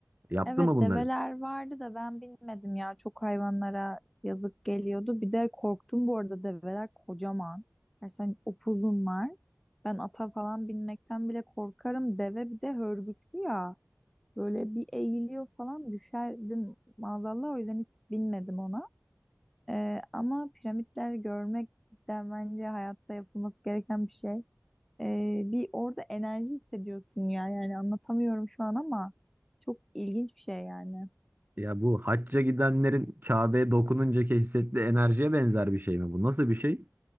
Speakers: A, on the right (about 40°); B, in the centre.
A: Yaptı
B: Evet
A: mı bunları?
B: develer vardı da ben bilmedim ya çok hayvanlara yazık geliyordu. Bir de korktum bu arada develer kocaman. Gerçekten upuzunlar. Ben ata falan binmekten bile korkarım. Deve bir de hörgüçlü ya. Böyle bir eğiliyor falan düşerdim maazallah o yüzden hiç binmedim ona. E, ama piramitler görmek cidden bence hayatta yapılması gereken bir şey. Ee, bir orada enerji hissediyorsun ya yani anlatamıyorum şu an ama çok ilginç bir şey yani.
A: Ya bu hacca gidenlerin Kabe'ye dokununcaki hissettiği enerjiye benzer bir şey mi bu? Nasıl bir şey?